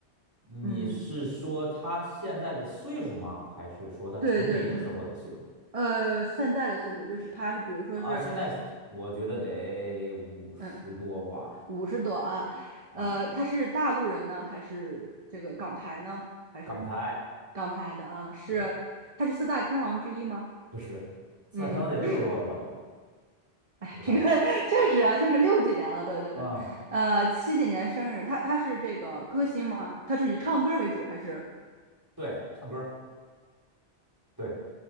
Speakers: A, on the right; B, on the right.
A: 你是说他现在的岁数吗？
B: 嗯，
A: 还是说他成名时候的岁数？
B: 对对对，呃，现在的岁数就是他是，比如说是，
A: 啊，现在我觉得得五十多吧，
B: 嗯，五十多啊，
A: 嗯，
B: 呃，他是大陆人呢，还是这个港台呢？还是
A: 港台，
B: 港台的啊？是，
A: 对，
B: 他是四大天王之一吗？
A: 不是，四大天王得六十多了吧都，
B: 嗯，不是。
A: 我感觉，
B: 这个 <laughs> 确实啊，确实六几年了，对对对，
A: 嗯，
B: 呃，七几年生日，他他是这个歌星吗？他是以唱歌为主还是？
A: 对，唱歌，对，